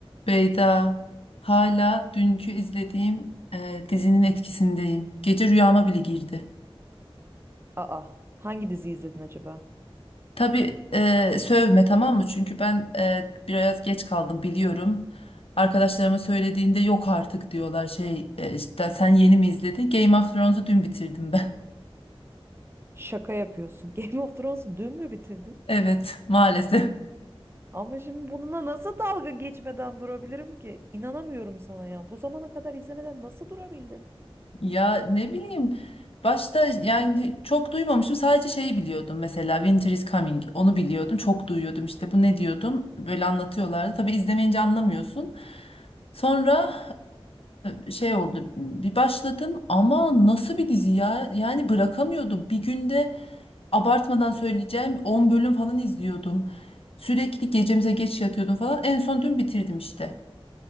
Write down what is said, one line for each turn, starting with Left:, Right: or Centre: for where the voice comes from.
Left: Beyda, hala dünkü izlediğim e, dizinin etkisindeyim. Gece rüyama bile girdi.
Right: Aa, hangi diziyi izledin acaba?
Left: Tabii e, sövme tamam mı? Çünkü ben e, biraz geç kaldım biliyorum. Arkadaşlarıma söylediğinde yok artık diyorlar şey e, işte sen yeni mi izledin? Game of Thrones'u dün bitirdim ben. <laughs>
Right: Şaka yapıyorsun. <laughs> Game of Thrones'u dün mü bitirdin?
Left: Evet maalesef.
Right: Ama şimdi bununla nasıl dalga geçmeden durabilirim ki? İnanamıyorum sana ya. Bu zamana kadar izlemeden nasıl durabildin?
Left: Ya ne bileyim başta yani çok duymamıştım sadece şeyi biliyordum mesela Winter is Coming onu biliyordum çok duyuyordum işte bu ne diyordum böyle anlatıyorlardı tabii izlemeyince anlamıyorsun. Sonra eee, şey oldu bir başladım ama nasıl bir dizi ya yani bırakamıyordum bir günde abartmadan söyleyeceğim 10 bölüm falan izliyordum sürekli gecemize geç yatıyordum falan en son dün bitirdim işte.